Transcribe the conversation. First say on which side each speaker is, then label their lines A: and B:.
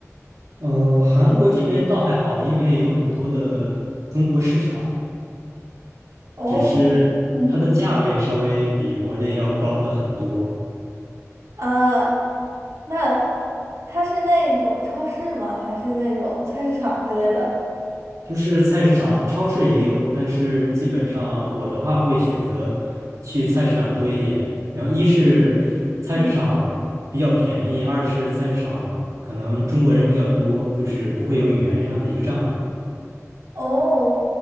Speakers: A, on the right (about 80°); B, on the right (about 65°).
A: 呃，韩国这边倒还好，
B: 嗯
A: 因为有很多的中国市场，
B: 哦，
A: 只是它的价位稍微比国内要高的很多。
B: 嗯，啊，那它是那种超市吗？还是那种菜市场之类的？
A: 就是菜市场、超市也有，但是基本上我的话会选择去菜市场多一点。然后一是菜市场比较便宜，
B: 嗯。
A: 二是菜市场可能中国人比较多，就是不会有语言上的一个障碍。
B: 哦，